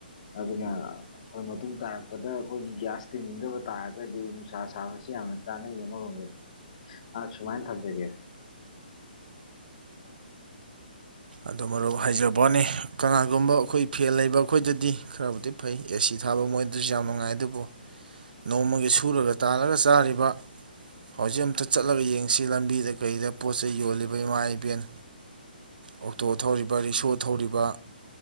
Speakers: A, on the left; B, on the right.
A: ꯑꯗꯨꯅ ꯑꯩꯈꯣꯏ ꯃꯇꯨꯡ ꯇꯥꯔꯛꯄꯗ ꯑꯩꯈꯣꯏꯒꯤ ꯒ꯭ꯌꯥꯁ ꯇꯤꯟꯅꯤꯡꯗꯕ ꯇꯥꯔꯒꯗꯤ ꯅꯨꯡꯁꯥ ꯁꯥꯕꯁꯤ ꯌꯥꯝꯅ ꯀꯥꯟꯅꯩ ꯑꯃꯥꯔꯣꯝꯗꯗꯤ ꯑꯁ ꯁꯨꯃꯥꯏꯟ ꯊꯝꯖꯥꯒꯦ
B: ꯑꯗꯨ ꯃꯔꯨꯞ ꯍꯩꯖꯕ ꯋꯥꯅꯤ ꯀꯅꯥꯒꯨꯝꯕ ꯑꯩꯈꯣꯏ ꯐꯦꯜ ꯂꯩꯕ ꯑꯩꯈꯣꯏꯗꯗꯤ ꯈꯔꯕꯨꯗꯤ ꯐꯩ ꯑꯦꯁꯤ ꯊꯥꯕ ꯃꯣꯏꯗꯨꯁꯨ ꯌꯥꯝ ꯅꯨꯡꯉꯥꯏ ꯑꯗꯨꯕꯨ ꯅꯣꯡꯃꯒꯤ ꯁꯨꯔꯒ ꯇꯥꯜꯂꯒ ꯆꯥꯔꯤꯕ ꯍꯧꯖꯤꯛ ꯑꯝꯇ ꯆꯠꯂꯒ ꯌꯦꯡꯁꯤ ꯂꯝꯕꯤꯗ ꯀꯩꯗ ꯄꯣꯠ ꯆꯩꯩ ꯌꯣꯜꯂꯤꯕ ꯏꯃꯥ ꯏꯕꯦꯟ ꯑꯣꯛꯇꯣ ꯊꯧꯔꯤꯕ ꯔꯤꯛꯁꯣ ꯊꯧꯔꯤꯕ